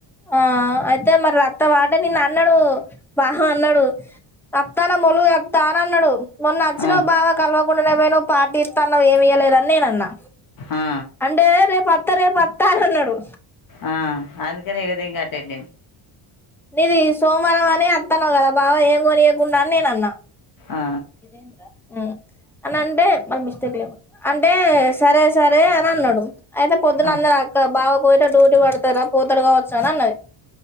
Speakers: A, in the centre; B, on the left.
A: ఆ అయితే మరి అత్త వాడ నిన్ను అన్నాడు బావ అన్నాడు అత్తానా మొలుగు అ తానా అన్నాడు. మొన్న నచ్చినా
B: ఆ
A: బావ కలవ మొన్ననే పోయినవ్ పార్టీ ఇతన్నావ్ ఏమియ్యలేదని నేన అన్నా.
B: ఆ
A: అంటే రే పా రేపతా రేపత అన్నడు.
B: ఆ అందుక ఎగదేంగ అట్టాయితే
A: నీది సోమవారం అని వత్తాన్నావు కదా బావ ఏం కొనియకుండా అని నేను అన్నా.
B: ఆ
A: ఇదింది రేంద్ర మ్ అని అంటే మళ్ళీ మిస్టేక్ లేదు. అంటే సరే సరే అని అన్నాడు. అయితే పొద్దున
B: ఆ
A: అన్నది అక్క బావకు డ్యూటీ పడతారా పోతడు కావచ్చా అని అన్నది.